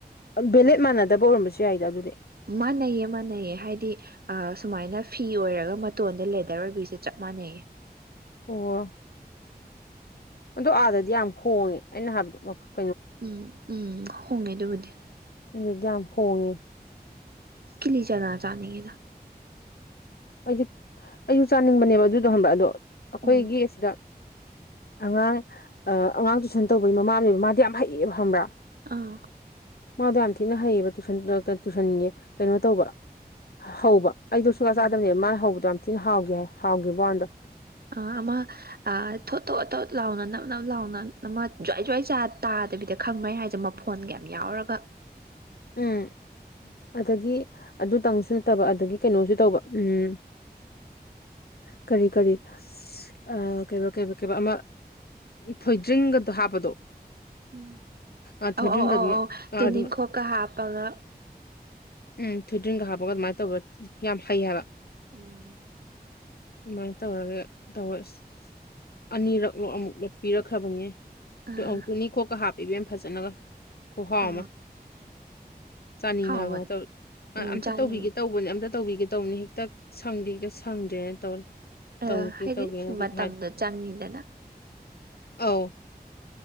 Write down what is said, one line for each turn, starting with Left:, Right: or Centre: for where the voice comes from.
Left: ꯕꯦꯂꯦꯠ ꯃꯥꯟꯅꯗꯕ ꯑꯣꯏꯔꯝꯕꯁꯨ ꯌꯥꯏꯗ ꯑꯗꯨꯗꯤ
Right: ꯃꯥꯟꯅꯩꯌꯦ ꯃꯥꯟꯅꯩꯌꯦ ꯍꯥꯏꯗꯤ ꯑ ꯁꯨꯃꯥꯏꯅ ꯐꯤ ꯑꯣꯏꯔꯒ ꯃꯇꯣꯟꯗ ꯂꯦꯗꯔ ꯑꯣꯏꯕꯁꯦ ꯆꯞ ꯃꯥꯟꯅꯩꯌꯦ
Left: ꯑꯣ ꯑꯗꯣ ꯑꯥꯗꯗꯤ ꯌꯥꯝ ꯍꯣꯡꯉꯦ ꯑꯩꯅ ꯍꯥꯏꯕꯗꯣ ꯃꯐꯝ
Right: ꯎꯝ ꯎꯝ ꯍꯣꯡꯉꯦ ꯑꯗꯨꯕꯨꯗꯤ
Left: ꯑꯗꯨꯗꯤ ꯌꯥꯝ ꯍꯣꯡꯉꯦ
Right: ꯀꯤꯂꯤ ꯆꯅꯥ ꯆꯥꯅꯤꯡꯉꯤꯗ
Left: ꯑꯩꯁꯨ ꯑꯩꯁꯨ ꯆꯥꯅꯤꯡꯕꯅꯦꯕ ꯑꯗꯨ ꯇꯧ ꯍꯟꯕ ꯑꯗꯣ ꯑꯩꯈꯣꯏꯒꯤ
Right: ꯎꯝ
Left: ꯑꯁꯤꯗ ꯑꯉꯥꯡ ꯑꯉꯥꯡ ꯇꯨꯏꯁꯟ ꯇꯧꯕꯒꯤ ꯃꯃꯥꯅꯦꯕ ꯃꯥꯗꯤ ꯌꯥꯝ ꯍꯩꯌꯦꯕ ꯐꯪꯕ꯭ꯔꯥ
Right: ꯑꯥ
Left: ꯃꯥꯗꯣ ꯌꯥꯝ ꯊꯤꯅ ꯍꯩꯌꯦꯕ ꯇꯨꯁꯟ ꯇꯨꯋꯏꯁꯟꯒꯤ ꯀꯩꯅꯣ ꯇꯧꯕ ꯍꯧꯕ ꯑꯩꯗꯣ ꯁꯨꯡꯆ ꯆꯥꯗꯕꯅꯦ
Right: ꯎꯝ
Left: ꯃꯥꯅ ꯍꯧꯕꯗꯣ ꯌꯥꯝ ꯊꯤꯅ ꯍꯥꯎꯈꯤꯦ ꯍꯥꯏ ꯍꯥꯎꯈꯤꯕꯕ ꯋꯥꯟꯗꯣ
Right: ꯑꯥ ꯑꯃ ꯊꯣ ꯊꯣꯑ ꯊ ꯂꯥꯎꯅ ꯅꯞ ꯅꯞ ꯂꯥꯎꯅ ꯅ ꯖ꯭ꯋꯥꯏ ꯖ꯭ꯋꯥꯏ ꯆꯥ ꯇꯥꯗꯕꯤꯗ ꯈꯪꯕꯩ ꯍꯥꯏꯁꯦ ꯃꯐꯣꯟꯒ ꯌꯥꯝ ꯌꯥꯎꯔꯒ
Left: ꯎꯝ ꯑꯗꯒꯤ ꯑꯗꯨꯇꯪꯁꯨ ꯅꯠꯇꯕ ꯑꯗꯒꯤ ꯀꯩꯅꯣꯁꯨ ꯇꯧꯕ ꯎꯝ ꯀꯔꯤ ꯀꯔꯤ ꯑꯁ ꯑ ꯀꯩꯕ ꯀꯩꯕ ꯀꯩꯕ ꯑꯃ ꯊꯣꯏꯗ꯭ꯔꯤꯡꯒꯗꯣ ꯍꯥꯞꯄꯗꯣ
Right: ꯎꯝ
Left: ꯑ
Right: ꯑꯧ
Left: ꯊꯣꯏꯗ꯭ꯔꯤꯡꯒꯗꯤ
Right: ꯑꯧ ꯑꯧ ꯑꯧ
Left: ꯑ
Right: ꯇꯨꯅꯤꯈꯣꯛꯀ
Left: ꯑꯗꯨꯝ
Right: ꯍꯥꯞꯄꯒ
Left: ꯎꯝ ꯊꫭꯏꯗ꯭ꯔꯤꯡꯒ ꯍꯥꯞꯄꯒ ꯑꯗꯨꯃꯥꯏꯅ ꯇꯧꯕ ꯌꯥꯝ ꯍꯩ ꯍꯥꯏꯕ
Right: ꯎꯝ
Left: ꯑꯗꯨꯃꯥꯏ ꯇꯧꯔꯒ ꯇꯧꯋꯦ ꯑꯁ ꯑꯅꯤꯔꯛꯂꯣ ꯑꯃꯨꯛ ꯂꯣ ꯄꯤꯔꯛꯈ꯭ꯔꯕꯅꯦ
Right: ꯑꯥ
Left: ꯑꯧ ꯇꯨꯅꯤꯡꯈꯣꯛꯀ ꯍꯥꯞꯄꯤ ꯏꯕꯦꯝꯃ ꯐꯖꯅꯒ ꯈꯨꯍꯥꯎ
Right: ꯑꯥ
Left: ꯑꯃ ꯆꯥꯅꯤꯡꯉꯕ
Right: ꯍꯥꯎꯕꯅꯦ
Left: ꯇꯧꯔꯤ
Right: ꯎꯝ
Left: ꯑꯝꯇ
Right: ꯆꯥꯅꯤꯡꯉꯤ
Left: ꯇꯧꯕꯤꯒꯦ ꯇꯧꯕꯅꯤ ꯑꯝꯇ ꯇꯧꯕꯤꯒꯦ ꯇꯧꯕ ꯍꯦꯛ ꯇꯛ ꯁꯪꯗꯤꯒ ꯁꯪꯗ꯭ꯔꯦꯅ ꯇꯧꯔ
Right: ꯑꯥ
Left: ꯇꯧꯒꯦ
Right: ꯍꯥꯏꯗꯤ
Left: ꯇꯧꯒꯦꯅꯗꯤ
Right: ꯁꯨꯝ ꯃꯇꯝꯗꯣ
Left: ꯍꯥꯏ
Right: ꯆꯪꯉꯤꯗꯅ
Left: ꯑꯧ